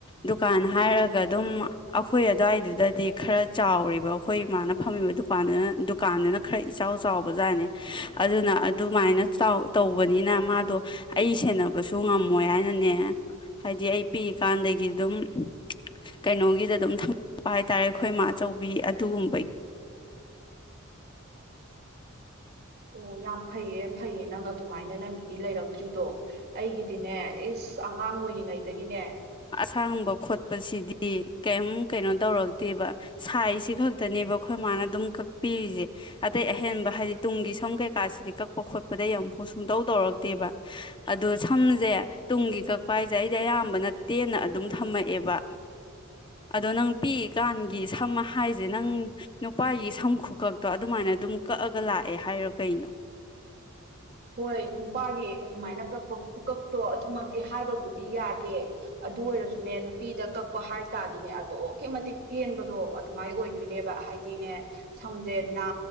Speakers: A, on the left (about 25°); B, on the right (about 50°).
A: ꯗꯨꯀꯥꯟ ꯍꯥꯏꯔꯒ ꯑꯗꯨꯝ ꯑꯩꯈꯣꯏ ꯑꯗꯨꯋꯥꯏꯗꯨꯗꯗꯤ ꯈꯔ ꯆꯥꯎꯔꯕ ꯑꯩꯈꯣꯏ ꯃꯥꯅ ꯐꯝꯃꯤꯕ ꯗꯨꯀꯥꯟꯗꯨꯅ ꯗꯨꯀꯥꯟꯗꯨꯅ ꯈꯔ ꯏꯆꯥꯎ ꯆꯥꯎꯕ ꯖꯥꯠꯅꯦ ꯑꯗꯨꯅ ꯑꯗꯨꯃꯥꯏꯅ ꯇꯧꯕꯅꯤꯅ ꯃꯥꯗꯣ ꯑꯩ ꯁꯦꯟꯅꯕꯁꯨ ꯉꯝꯃꯣꯏ ꯍꯥꯏꯅꯅꯦ ꯍꯥꯏꯗꯤ ꯑꯩ ꯄꯤꯛꯏꯀꯥꯟꯗꯒꯤ ꯑꯗꯨꯝ ꯀꯩꯅꯣꯒꯤꯗ ꯑꯗꯨꯝ ꯊꯝꯃꯛꯄ ꯍꯥꯏꯇꯥꯔꯦ ꯑꯩꯈꯣꯏ ꯃꯥ ꯑꯆꯧꯕꯤ ꯑꯗꯨꯒꯨꯝꯕꯒꯤ
B: ꯑꯣ ꯌꯥꯝ ꯐꯩꯌꯦ ꯌꯥꯝ ꯐꯩꯌꯦ ꯅꯪ ꯑꯗꯨꯃꯥꯏꯅ ꯅꯪꯒꯤꯗꯤ ꯂꯩꯔꯛꯇ꯭ꯔꯤꯗꯣ ꯑꯩꯒꯤꯗꯤꯅꯦ ꯏꯁ ꯑꯉꯥꯡ ꯑꯣꯏꯔꯤꯉꯩꯗꯒꯤꯅꯦ
A: ꯁꯥꯡꯕ ꯈꯣꯠꯄꯁꯤꯗꯤ ꯀꯩꯝ ꯀꯩꯅꯣ ꯇꯧꯔꯛꯇꯦꯕ ꯁꯥꯏꯁꯤ ꯈꯛꯇꯅꯦꯕ ꯑꯩꯈꯣꯏ ꯃꯥꯅ ꯑꯗꯨꯝ ꯀꯛꯄꯤꯔꯤꯁꯦ ꯑꯇꯩ ꯑꯍꯦꯟꯕ ꯍꯥꯏꯗꯤ ꯇꯨꯡꯒꯤ ꯁꯝ ꯀꯩꯀꯥꯁꯤꯗꯤ ꯀꯛꯄ ꯈꯣꯠꯄꯗ ꯌꯥꯝ ꯐꯧ ꯁꯨꯡꯇꯧ ꯇꯧꯔꯛꯇꯦꯕ ꯑꯗꯨꯗ ꯁꯝꯁꯦ ꯇꯨꯡꯒꯤ ꯀꯛꯄ ꯍꯥꯏꯁꯦ ꯑꯩꯗꯤ ꯑꯌꯥꯝꯕꯅ ꯇꯦꯟꯅ ꯑꯗꯨꯝ ꯊꯝꯃꯛꯑꯦꯕ ꯑꯗꯣ ꯅꯪ ꯄꯤꯛꯏꯀꯥꯟꯒꯤ ꯁꯝ ꯍꯥꯏꯁꯦ ꯅꯪ ꯅꯨꯄꯥꯒꯤ ꯁꯝ ꯈꯨꯈꯛꯇꯣ ꯑꯗꯨꯃꯥꯏꯅ ꯑꯗꯨꯝ ꯀꯛꯑꯒ ꯂꯥꯛꯑꯦ ꯍꯥꯏꯔꯣ ꯀꯩꯅꯣ
B: ꯍꯣꯏ ꯅꯨꯄꯥꯒꯤ ꯑꯗꯨꯃꯥꯏꯅ ꯀꯛꯄ ꯈꯨꯀꯛꯇꯣ ꯑꯗꯨꯃꯛꯇꯤ ꯍꯥꯏꯕꯕꯨꯗꯤ ꯌꯥꯗꯦ ꯑꯗꯨ ꯑꯣꯏꯔꯁꯨꯅꯦ ꯄꯤꯗ ꯀꯛ ꯍꯥꯏ ꯇꯔꯗꯤꯅꯦ ꯑꯗꯨꯛꯀꯤ ꯃꯇꯤꯛ ꯇꯦꯟꯕꯗꯣ ꯑꯗꯨꯃꯥꯏꯅ ꯑꯣꯏꯗꯣꯏꯅꯦꯕ ꯍꯥꯏꯗꯤ ꯅꯦ ꯁꯝꯁꯦꯅꯥ